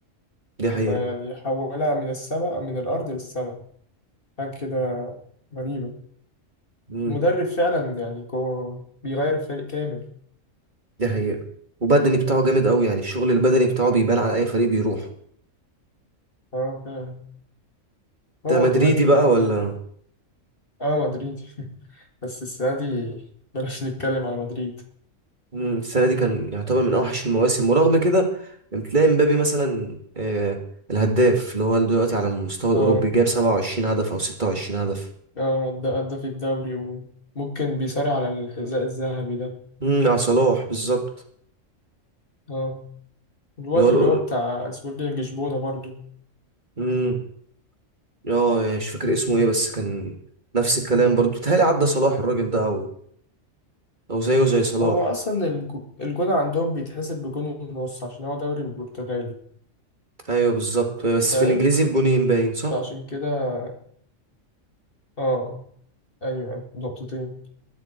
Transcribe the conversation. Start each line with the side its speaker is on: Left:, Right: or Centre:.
Right: دي حقيقه
Left: ب- يعني حولها من السماء من الأرض للسماء حاجة كده غريبة
Right: مم.
Left: المدرب فعلا يعني هو بيغير الفريق كامل
Right: دي حقيقة وبدني بتاعه جامد قوي يعني الشغل البدني بتاعه بيبان على اي فريق بيروح
Left: اه فعلا
Right: انت
Left: هو
Right: مدريدي
Left: كمان
Right: بقى
Left: يعني
Right: ولا
Left: اه مدريدي <laughs> بس السنة دي بلاش نتكلم على مدريد
Right: مم، السنة دي كان يعتبر من اوحش المواسم ورغم كده بتلاقي مبابي مثلا آه الهداف اللي هو دلوقتي على المستوى الاوروبي
Left: اه
Right: جايب 27 هدف او 26 هدف
Left: اه أدى أدى في الدوري وممكن بيصارع على الحذاء الذهبي ده
Right: امم مع صلاح بالظبط
Left: اه الواد
Right: اللي هو
Left: اللي هو بتاع سبورتنج لشبونة برضو
Right: امم اه يعني مش فاكر اسمه ايه بس كان نفس الكلام برضو بيتهيألي عدى
Left: مم.
Right: صلاح الراجل ده او او زيه زي صلاح
Left: هو أصلا الج- الجون عندهم بيتحسب بجون ونص عشان هو دوري برتغالي
Right: ايوه بالظبط بس
Left: فاهم
Right: في الانجليزي بجونين باين صح؟
Left: فعشان كده اه أيوه أيوة، نقطتين